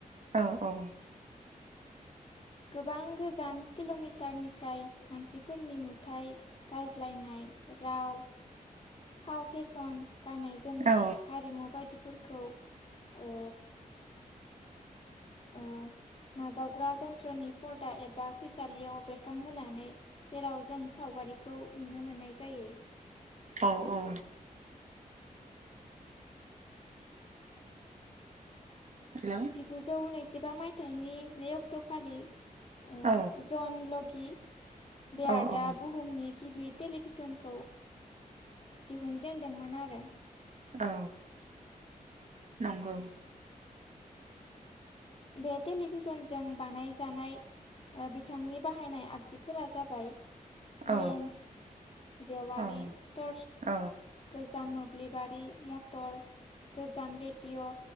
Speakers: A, on the right (about 55°); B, on the left (about 40°).
A: औ औ।
B: गोबां गोजान किल'मिटारनिफ्राय मानसिफोरनि नुथाय रायज्लायनाय राव फाव फेसन गाननाय जोमनाय
A: औ
B: हारिमु बायदिफोरखौ ओ ओ नाजावग्रा जन्थ्रनि परदा एबा फैसालियाव बेरखांहोनानै जेराव जों सावगारिखौ नुनो मोननाय जायो।
A: औ औ हेलौ
B: जिगुजौ नैजिबा मायथाइनि नै अक्ट खालि ओ
A: औ
B: जनलगि बेहा
A: औ
B: आर्दा
A: औ
B: बुहुमनि गिबि तेलि फिसनखौ दिहुनजेनदोंमोन आरो
A: औ नंगौ
B: बे टेलिभिजनजों बानायजानाय ओ बिथांनि बाहायनाय आगजुफोरा जाबाय
A: औ
B: लेन्स जेवारि
A: औ
B: टर्च
A: औ
B: गोजा मोब दिलिबारि मटर गोजाम रेडिअ